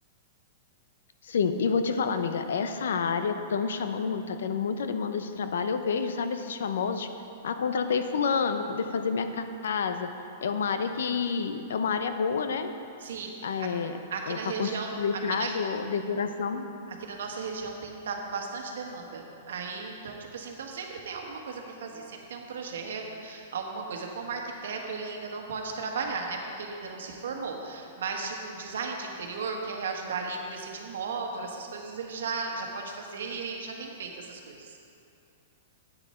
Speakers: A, on the left (about 80°); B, on the right (about 80°).
A: Sim, e vou te falar, amiga, essa área estão chamando muito, tá tendo muita demanda de trabalho. Eu vejo, sabe, esses famosos, ah, contratei fulano para poder fazer minha casa. É uma área que é uma área boa, né?
B: Sim,
A: É,
B: a- aqui
A: é
B: na
A: para
B: região,
A: construir
B: aqui
A: casa
B: na,
A: ou decoração.
B: aqui na nossa região tem tá com bastante demanda. Aí, então, tipo assim, então sempre tem alguma coisa para fazer, sempre tem um projeto, alguma coisa. Como arquiteto, ele ainda não pode trabalhar, né? Porque ele ainda não se formou. Mas, tipo, design de interior, que é ajudar ali a decidir um móvel, essas coisas ele já, já pode fazer e aí ele já tem feito essas coisas.